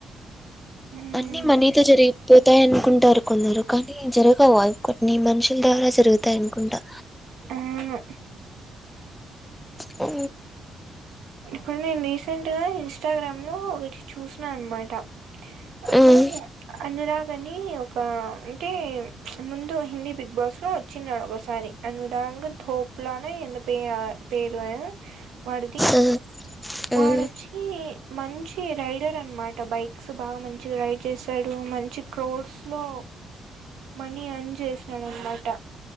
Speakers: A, on the right; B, in the centre.
A: మ్మ్.
B: అన్నిీ మనీతో జరిగిపోతాయ అనుకుంటారు కొందరు కానీ జరగవు ఇ నీ మనుషుల ద్వారా జరుగుతాయి అనుకుంటా
A: అవును
B: ఆ
A: ఇప్పుడు నేను రీసెంట్ గా ఇన్స్టాగ్రామ్ ఒకటి చూసిన అనమాట ఒక
B: మ్మ్
A: అన్నరాగని ఒక ఒక అంటే ముందు హిందీ బిగ్ బాస్ లో వచ్చిినడు ఒకసారి అనురాగ ధోప్ అప్పులన ఎంత ప పేరు వ మది
B: ఆ మ్మ్
A: వాడొచ్చి మంచి రైడర్ అనమాట బైక్స్ బాగా మంచి రైడ్ చేశాడు మంచి క్రోడ్స్ లో మనీ ఎర్నా చేసినాడనమాట